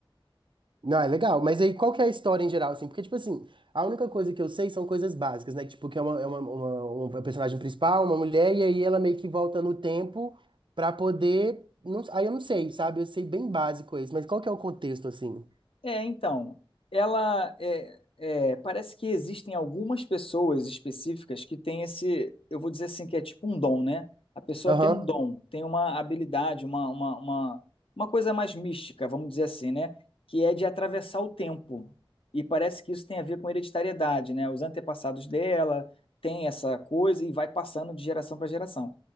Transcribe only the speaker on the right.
Não, é legal. Mas aí, qual que é a história em geral, assim? Porque, tipo assim, a única coisa que eu sei são coisas básicas, né? Tipo, que é uma, é uma, uma- uma personagem principal, uma mulher, e aí ela meio que volta no tempo pra poder... Não, aí eu não sei, sabe? Eu sei bem básico isso. Mas qual que é o contexto, assim?
Aham.